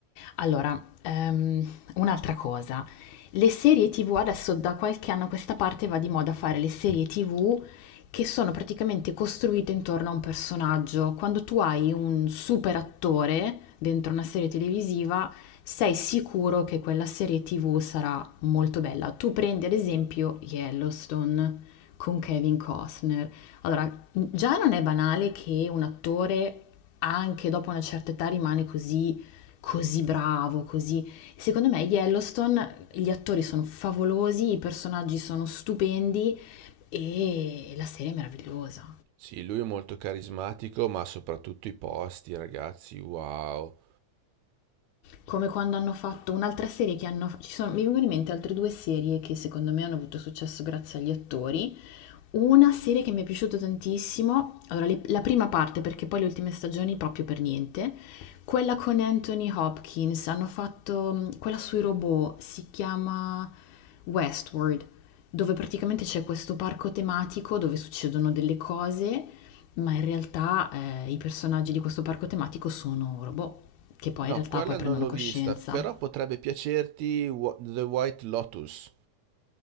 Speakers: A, on the left (about 80°); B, on the right (about 75°).
A: allora, ehm, un'altra cosa, le serie TV adesso da qualche anno a questa parte va di moda fare le serie TV che sono praticamente costruite intorno a un personaggio. Quando tu hai un super attore dentro una serie televisiva, sei sicuro che quella serie TV sarà molto bella. Tu prendi ad esempio Yellowstone con Kevin Costner. Allora, Già non è banale che un attore anche dopo una certa età rimane così, così bravo, così... Secondo me Yellowstone, gli attori sono favolosi, i personaggi sono stupendi e la serie è meravigliosa.
B: Sì, lui è molto carismatico, ma soprattutto i posti, ragazzi, wow.
A: Come quando hanno fatto un'altra serie che hanno... Ci sono, mi vengono in mente altre due serie che secondo me hanno avuto successo grazie agli attori. Una serie che mi è piaciuta tantissimo, allora le- la prima parte perché poi le ultime stagioni proprio per niente, quella con Anthony Hopkins, hanno fatto mh, quella sui robot, si chiama Westworld, dove praticamente c'è questo parco tematico dove succedono delle cose, ma in realtà eh, i personaggi di questo parco tematico sono robot, che poi
B: No,
A: in realtà
B: quella
A: poi
B: non
A: prendono
B: l'ho
A: coscienza.
B: vista, però potrebbe piacerti Wh- The White Lotus.